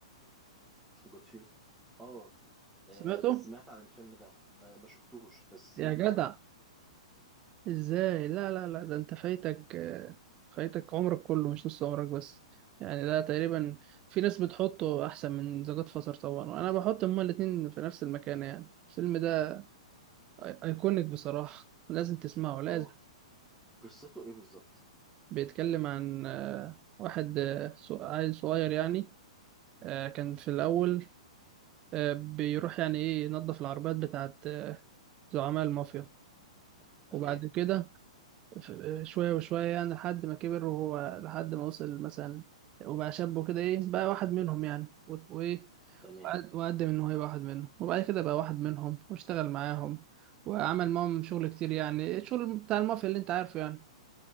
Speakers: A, in the centre; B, on the right.
A: جود فيل اه آه،
B: سمعته
A: سمعت عن الفيلم ده ما ما شفتوش بس سمعت
B: يا جدع
A: عنه
B: ازاي لا لا لا ده انت فايتك آه فايتك عمرك كله مش نص عمرك بس يعني ده تقريبا في ناس بتحطه احسن من ذا جاد فازر طبعا وانا بحط هما الاتنين في نفس المكان يعني الفيلم ده ايكونيك بصراحه لازم تسمعه لازم
A: هو قصته ايه بالظبط
B: بيتكلم عن آه، واحد آه، ص- عيل صغير يعني آه، كان في الأول آه، بيروح يعني إيه ينظف العربيات بتاعت آه، زعماء المافيا
A: تمام
B: وبعد كده ف- آه، شوية وشوية يعني لحد ما كبر وهو لحد ما وصل مثلا وبقى شاب وكده إيه بقى واحد منهم يعني و- وإيه
A: تمام
B: وقد- وقدم إن هو يبقى واحد منهم وبعد كده بقى واحد منهم واشتغل معاهم وعمل معاهم شغل كتير يعني الشغل بتاع المافيا اللي أنت عارفه يعني